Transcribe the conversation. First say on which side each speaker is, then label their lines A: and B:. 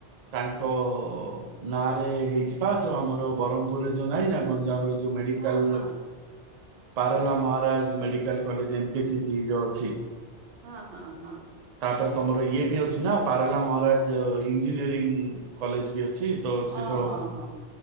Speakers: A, on the right (about 60°); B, on the right (about 75°).
A: ତାଙ୍କ ନାଁରେ ହେଇଚି ପା, ଯୋଉ ଆମର ବ୍ରହ୍ମପୁରରେ ଯୋଉ ନାଇଁ ନା <unintelligible> ଯୋଉ ମେଡିକାଲ୍
B: ହଁ ହଁ
A: Parala Maharaja medical college M P C G ଯୋ ଅଛି।
B: ହଁ, ହଁ, ହଁ।
A: ତାପରେ ତମର ଇଏ ବି ଅଛି ନା ପାରଲା ମହାରାଜ୍ ଇଞ୍ଜିନିୟରିଂ କଲେଜ ବି ଅଛି? ତ ସିଧ,
B: ଓ ହଁ ହଁ